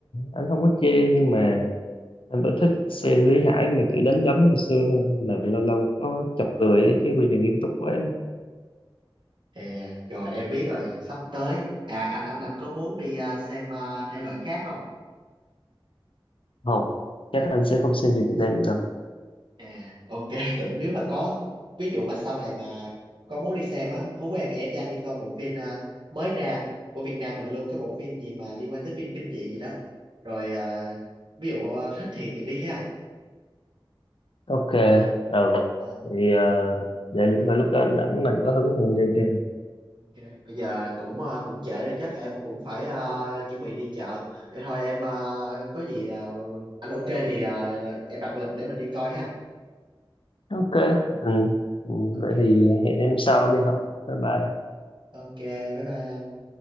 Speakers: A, on the left; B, on the right.
A: anh không có chê nhưng mà anh vẫn thích xem Lý Hải mà kiểu đánh đấm hồi xưa hơn mà lâu lâu có chọc cười đấy chứ bây giờ nghiêm túc quá
B: À, rồi em biết rồi, sắp tới. À anh anh anh có muốn đi à, xem à, thể loại khác không?
A: không chắc anh sẽ không xem phim Việt Nam nữa đâu
B: À ok, <laughs> tưởng nếu mà có ví dụ mà sau này mà có muốn đi xem á, hú em em với anh đi coi bộ phim à, mới ra của Việt Nam mình luôn, cái bộ phim gì mà liên quan tới phim kinh dị gì đó. Rồi à, ví dụ à, thích thì thì đi ha.
A: ok ừ
B: À,
A: thì ờ, để rồi lúc đó anh rảnh mình có hứng thì anh đi game
B: ok. Bây giờ cũng à, cũng trễ rồi chắc là em cũng phải à, chuẩn bị đi chợ. Vậy thôi em à, có gì là anh ok thì à, em đặt lịch để mình đi coi ha.
A: ok ừ. Ừ,
B: Ok.
A: vậy thì hẹn em sau đi hậu bye bye
B: Ok, bye bye anh.